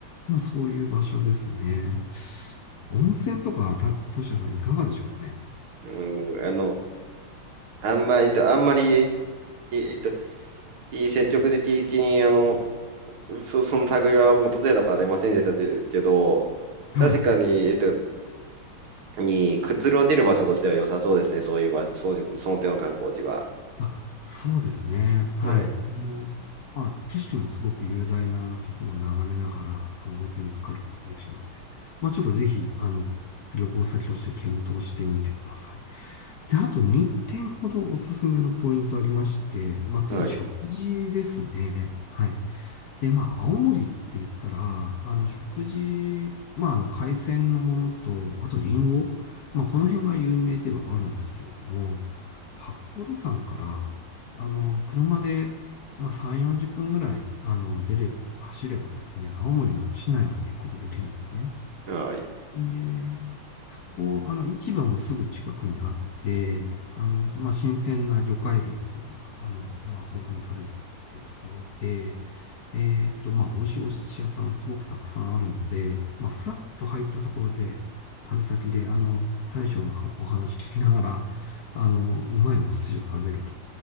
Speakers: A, on the left (about 60°); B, on the right (about 80°).
A: まあそういう場所ですね。温泉とか、た、としやさんいかがでしょうかね
B: <laughs> うん、あの、あんまりと、あんまり、えっと、いい積極的に、あの、そ、その類は訪れたことありませんでしたけど、
A: はい。
B: 確かに、えっと、にくつろげる場所としては良さそうですね。そういう場、そういう、その点の観光地は。
A: あ、そうですね。はい。
B: はい。
A: あの、まあ、景色もすごく雄大なところを眺めながら、あの、温泉浸かることできるので、まあ、ちょっとぜひ、あの、旅行先として検討してみてください。で、あと2点ほどおすすめのポイントありまして、まあ、次、
B: はい。
A: 食事ですね。はい。で、まあ、青森って言ったら、あの、食事、まあ、あの、海鮮のものと、あと、リンゴ、まあ、この辺が有名ではあるんですけれども、八甲田山から、あの、車で、まあ、3、40分ぐらい、あの、出れ、走ればですね、青森の市内まで行くことできるんですね。
B: はい。
A: えーそこ、あの、市場もすぐ近くにあって、あの、まあ、新鮮な魚介類っていうのが、あの、まあ、豊富に取れるよっていうところで、えっと、まあ、美味しいお寿司屋さんすごくたくさんあるので、まあ、フラッと入ったところで、旅先で、あの、大将のはお話聞きながら、あの、うまいお寿司を食べると